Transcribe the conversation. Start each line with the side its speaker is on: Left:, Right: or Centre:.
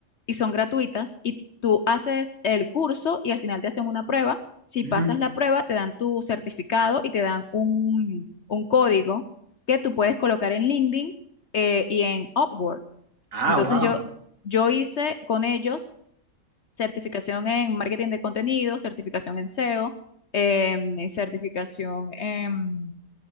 Left: y son gratuitas. Y tú haces el curso y al final te hacen una prueba si
Right: Ujú.
Left: pasas la prueba, te dan tu certificado y te dan un, un código que tú puedes colocar en LinkedIn eh, y en Upwork.
Right: Ah,
Left: Entonces
Right: wow.
Left: yo, yo hice con ellos certificación en marketing de contenido, certificación en SEO, em, y certificación en...